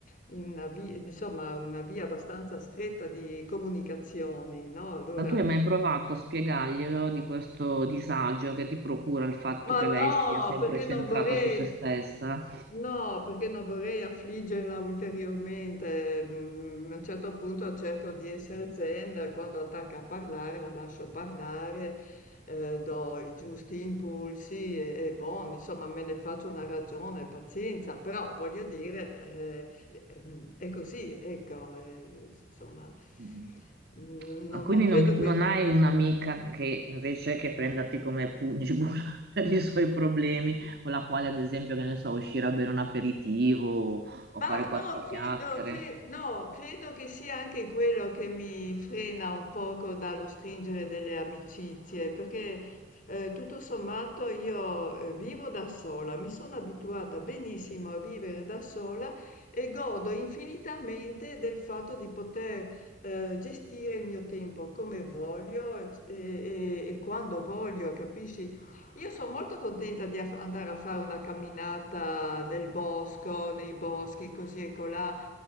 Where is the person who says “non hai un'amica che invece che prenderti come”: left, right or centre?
Right